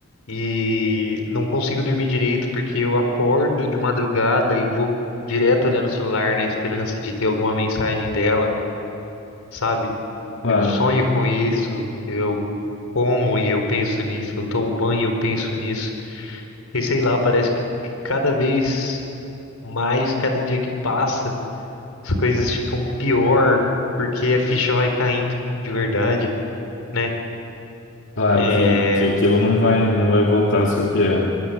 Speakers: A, on the left; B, on the left.
A: e não consigo dormir direito porque eu acordo de madrugada e vou direto olhar no celular na esperança de ter alguma mensagem dela, sabe?
B: claro,
A: Eu sonho com isso, eu como e eu penso nisso, eu tomo banho e eu penso nisso. E sei lá, parece que que cada vez mais, cada dia que passa, as coisas ficam pior porque a ficha vai caindo de verdade, né?
B: claro
A: É,
B: que, que aquilo não vai, não vai voltar a ser o que era.